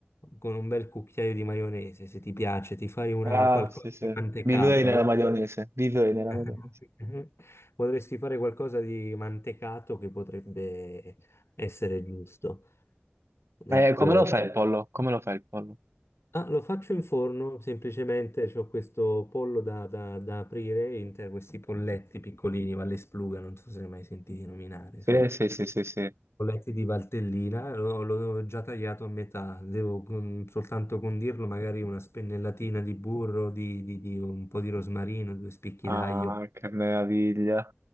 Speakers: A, on the left; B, on the right.
A: con un bel cucchiaio di maionese, se ti piace, ti fai una,
B: Ah,
A: qualcosa
B: sì, sì.
A: di mantecato,
B: Vivrei nella
A: no?
B: maionese, vivrei nella
A: <laughs>
B: maionese.
A: Potresti fare qualcosa di mantecato che potrebbe essere giusto. Ecco,
B: Eh, come lo fai il pollo? Come lo fai il pollo?
A: Ah, lo faccio in forno, semplicemente ho questo pollo da, da- da aprire, in te- questi polletti piccolini, Valles Pluga, non so se ne hai mai sentiti nominare,
B: Sì, sì, sì, sì, sì.
A: Ho letti di Valtellina, l'ho l'ho già tagliato a metà, devo con- soltanto condirlo magari una spennellatina di burro, di, di- di un po' di rosmarino, due spicchi
B: Ah,
A: d'aglio
B: che meraviglia.